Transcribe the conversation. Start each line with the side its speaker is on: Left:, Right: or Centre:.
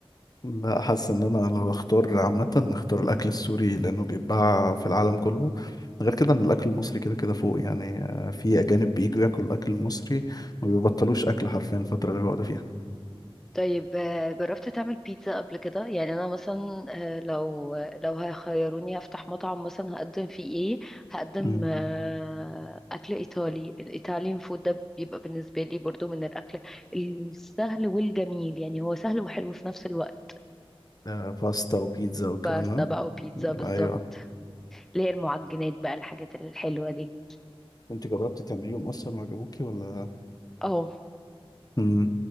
Left: لا حاسس ان انا لو اختار عامة اختار الاكل السوري لانه بيتباع في العالم كله غير كده ان الاكل المصري كده كده فوق يعني آه، في اجانب بييجوا ياكلوا الاكل المصري ما بيبطلوش اكل حرفيا الفترة اللي بيقعدوا فيها
Centre: طيب آه، جربت تعمل بيتزا قبل كده يعني انا مثلا آه، لو لو هيخيروني هفتح مطعم مثلا هقدم فيه ايه هقدم
Left: مم.
Centre: آه، اكل ايطالي الايطاليان فود ده بيبقى بالنسبه لي برضو من الاكل السهل والجميل يعني هو سهل وحلو في نفس الوقت
Left: آه، باستا وبيتزا والكلام
Centre: بس
Left: ده
Centre: بقى وبيتزا
Left: مم،
Centre: بالظبط
Left: ايوه
Centre: اللي هي المعجنات بقى الحاجات الحلوه دي
Left: انت جربتي تعمليهم اصلا وعجبوكي ولا
Centre: اه
Left: مم.